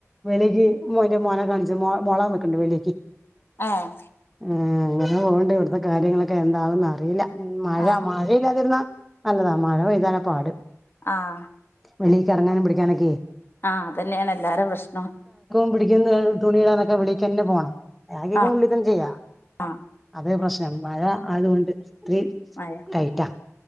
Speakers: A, in the centre; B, on the left.
A: വെളിക്ക് ഒരു മോനേ കാണിച്ച് മോളാ <unintelligible> വെളിക്ക്
B: ആഹ്
A: എ ങ്ങനെ പോവ്ണ്ട് ഇവിടത്തെ കാര്യങ്ങളൊക്കെ എന്താവുന്നറിയില്ല മഴ
B: ആ
A: മഴയില്ലാതിര്ന്നാ നല്ലതാ മഴ പൈതാലാ പാട്
B: ആഹ്
A: വെളീക്ക് എറങ്ങാനും പിടിക്കാനൊക്കെ
B: ആഹ് അതന്നെണ് എല്ലാരെ പ്രശ്നം
A: ടിക്കുന്ന തുണിയിടാനൊക്കെ വേളിക്കന്നേ പോണം ബാക്കിയോക്കെ
B: ആ
A: ഉള്ളി തന്നെ ചെയ്യ
B: ആ
A: അതേ പ്രശ്ന മഴ അതുകൊണ്ട് ഇത്തിരി
B: മഴ
A: ട്ടയ്റ്റാ